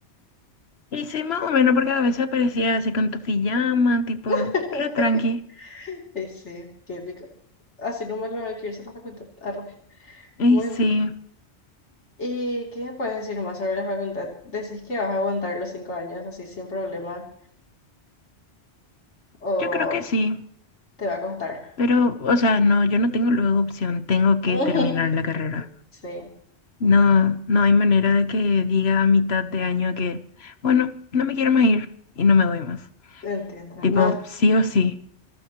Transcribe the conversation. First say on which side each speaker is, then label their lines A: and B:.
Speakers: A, on the left; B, on the left.
A: Y sí, más o menos, porque a veces aparecía así con tu pijama, tipo,
B: <laughs>
A: re tranqui.
B: Y sí, qué épico. Así no me lo hay que irse a la facultad. Arre.
A: Y
B: Muy...
A: sí,
B: ¿Y qué me puedes decir más sobre la facultad? Decís que vas a aguantar los cinco años así sin problema. O
A: yo creo que sí.
B: Te va a costar.
A: Pero, o sea, no, yo no tengo luego opción, tengo que
B: <laughs>
A: terminar la carrera.
B: Sí,
A: No, no hay manera de que diga a mitad de año que, bueno, no me quiero más ir y no me voy más.
B: entiendo.
A: Tipo,
B: No
A: sí o sí.